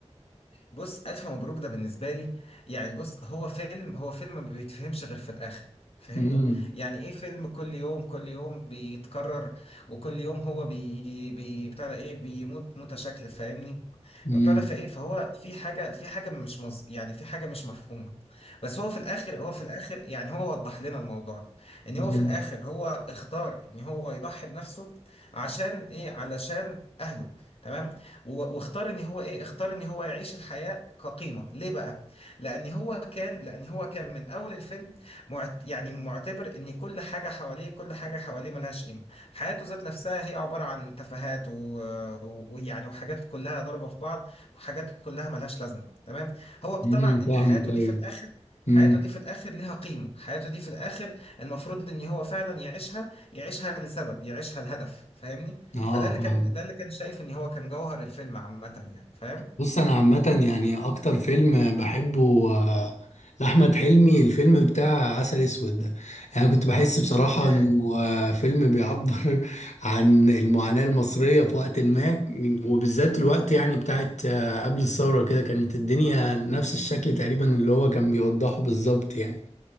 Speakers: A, on the left (about 55°); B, on the left (about 80°).
A: بص ألف مبروك ده بالنسبة لي يعني بص هو فيلم هو فيلم ما بيتفهمش غير في الآخر فاهمني
B: امم
A: يعني ايه فيلم كل يوم كل يوم بيتكرر وكل يوم هو بي بي بتاع ده ايه بيموت موتة شكل فاهمني
B: امم
A: طب بتاع فايه فهو في حاجة في حاجة مش مز... يعني في حاجة مش مفهومة بس هو في الآخر هو في الآخر يعني هو وضح لنا الموضوع ده ان
B: امم
A: هو في الآخر هو اختار ان هو يضحي بنفسه عشان ايه علشان أهله تمام و- واختار ان هو ايه اختار ان هو يعيش الحياة كقيمة ليه بقى لان هو كان لان هو كان من اول الفيلم معت يعني معتبر ان كل حاجة حواليه كل حاجة حواليه ملهاش قيمة حياته ذات نفسها هي عبارة عن تفاهات و- و- ويعني وحاجات كلها ضربة في بعض وحاجات كلها ملهاش لازمة تمام هو اقتنع
B: <laughs>
A: ان
B: فاهمك
A: حياته
B: ايوه
A: دي في الاخر
B: امم
A: حياته دي في الاخر ليها قيمة حياته دي في الاخر المفروض ان هو فعلا يعيشها يعيشها لسبب يعيشها لهدف فاهمني
B: اه
A: فده اللي
B: فاهمك
A: كان ده اللي كان شايف ان هو كان جوهر الفيلم عامة يعني فاهم؟
B: بص انا عامه يعني اكتر فيلم بحبه آه، لاحمد حلمي الفيلم بتاع عسل اسود ده يعني كنت بحس بصراحه
A: اوكي
B: انه آه، فيلم بيعبر <laughs> عن المعاناه المصريه في وقت ما وبالذات الوقت يعني بتاعت آه، قبل الثوره كده كانت الدنيا نفس الشكل تقريبا اللي هو كان بيوضحه بالظبط يعني